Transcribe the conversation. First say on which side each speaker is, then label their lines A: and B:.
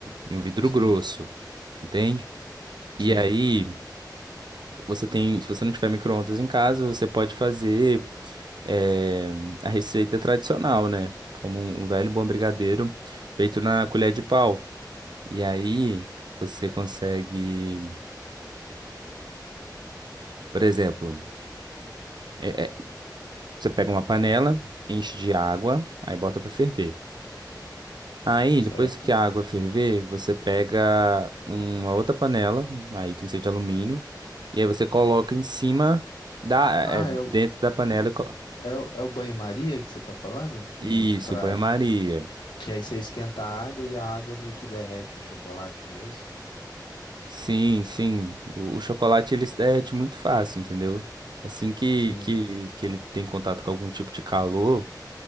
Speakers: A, on the right; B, on the left.
A: de um vidro
B: Sim,
A: grosso, entende? E
B: sim,
A: aí você tem, se você não tiver micro-ondas em casa, você pode fazer eh, a receita tradicional, né? Como um um velho bom brigadeiro feito na colher de pau. E aí você consegue, por exemplo É, Você pega uma panela, enche de água, aí bota pra ferver. Aí,
B: certo.
A: depois que a água ferver, você pega uma outra panela, aí tem que ser de alumínio, e aí você coloca em cima da,
B: Ah,
A: é, dentro
B: é o,
A: da panela.
B: o-
A: e co-
B: é, o- é o banho-maria que você tá falando? Que
A: Isso,
B: para
A: banho-maria.
B: que aí você esquenta a água e a água meio que derrete o chocolate, não é isso?
A: Sim, sim. O, o chocolate ele se derrete muito fácil, entendeu? Assim que,
B: Sim,
A: que, que ele tem contato com algum tipo de calor,